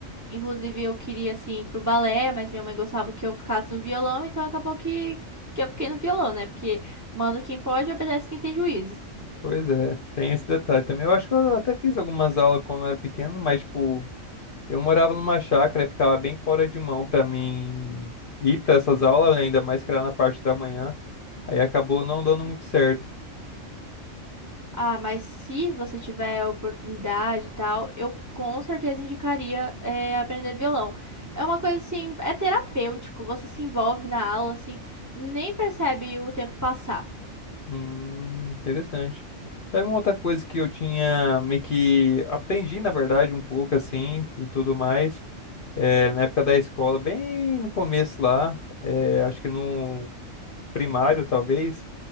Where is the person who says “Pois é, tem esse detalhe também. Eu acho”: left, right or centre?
Left